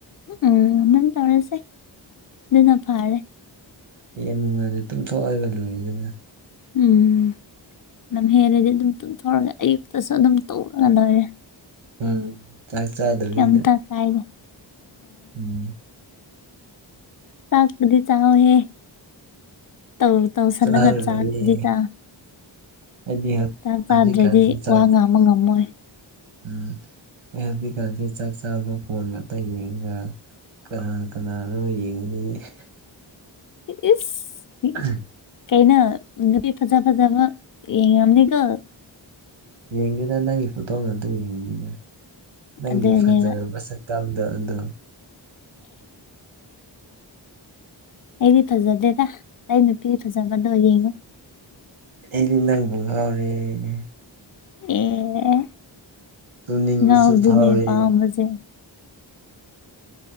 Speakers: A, on the left (about 45°); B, on the right (about 80°).
A: ꯎꯝ ꯑꯗꯨꯝ ꯇꯧꯔꯁꯦ ꯑꯗꯨꯅ ꯐꯔꯦ
B: ꯌꯥꯝ ꯅꯨꯡꯉꯥꯏꯅꯤ ꯇꯨꯝꯊꯣꯛꯑꯒ ꯂꯣꯏꯗꯅ
A: ꯎꯝ ꯑꯗꯨꯝ ꯍꯦꯜꯂꯗꯤ ꯑꯗꯨꯝ ꯇꯨꯝꯊꯣꯔꯛꯂꯦ ꯑꯌꯨꯛꯇꯁꯨ ꯑꯗꯨꯝ ꯇꯧꯔꯒ ꯂꯣꯏꯔꯦ
B: ꯎꯝ ꯆꯥꯛ ꯆꯥꯗꯕꯤꯗ
A: ꯀꯝꯇ ꯀꯥꯏꯗꯦ
B: ꯎꯝ
A: ꯆꯥꯛ ꯑꯗꯨꯗꯤ ꯆꯥꯎꯍꯦ ꯇꯧ ꯇꯧꯁꯜ
B: ꯆꯥꯔꯔꯣꯏꯌꯦ
A: ꯂ ꯉ ꯆꯗꯤ ꯆ
B: ꯑꯩꯗꯤ ꯍꯧ
A: ꯆꯥꯛ ꯆꯥꯗ꯭ꯔꯗꯤ
B: ꯍꯧꯖꯤꯛꯀꯥꯟꯁꯦ ꯆꯥꯛ
A: ꯋꯥ ꯉꯥꯡꯕ ꯉꯝꯃꯣꯏ
B: ꯎꯝ ꯑꯦ ꯍꯧꯖꯤꯛꯀꯥꯟꯁꯦ ꯆꯥꯛ ꯆꯥꯕ ꯐꯣꯟ ꯉꯥꯛꯇ ꯌꯦꯡꯒ ꯀꯅꯥ ꯀꯅꯥꯅꯣ ꯌꯦꯡꯉꯨꯅꯤꯉ
A: ꯏꯁ
B: ꯎꯝ
A: ꯀꯩꯅ ꯅꯨꯄꯤ ꯐꯖ ꯐꯖꯕ ꯌꯦꯡꯉꯝꯅꯤꯀꯣ
B: ꯌꯦꯡꯗꯗ ꯅꯪꯒꯤ ꯐꯣꯇꯣꯅ ꯑꯝꯇ ꯌꯦꯡꯕꯅꯤꯗ ꯅꯪꯒꯤ
A: ꯑꯗꯨꯅꯦꯕ
B: ꯐꯖꯔꯕ ꯇꯗ ꯑꯗ
A: ꯑꯦꯗꯤ ꯐꯖꯗꯦꯇꯥ ꯇꯩꯅ ꯅꯨꯄꯤꯤ ꯔꯖꯥꯕꯗ ꯑꯣꯏ ꯌꯦꯉ
B: ꯑꯦꯗ ꯉ ꯑꯣꯏꯔꯦ
A: ꯑꯦ
B: ꯇꯨꯡꯅꯤꯡꯃꯤꯁꯨ
A: ꯉꯥꯎꯕꯗꯨꯅꯦ
B: ꯐꯥꯎꯔꯦ
A: ꯄꯥꯝꯕꯁꯦ